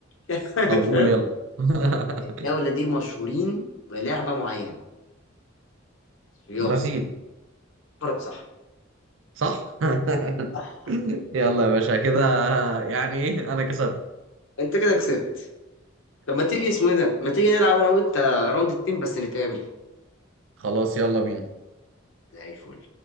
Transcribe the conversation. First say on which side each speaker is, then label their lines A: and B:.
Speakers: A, on the left; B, on the right.
A: <laughs> يعني
B: طب
A: فاهم
B: قول يلا <laughs>
A: الدوله دي مشهورين بلعبه معينه رياضه
B: برازيل
A: برضه صح
B: صح <laughs>
A: صح
B: يلا يا باشا كده يعني ايه انا كسبت
A: انت كده كسبت طب ما تيجي اسمه إيه ده ما تيجي نلعب انا وانت راوند التيم بس نتقابل
B: خلاص يلا بينا
A: زي الفل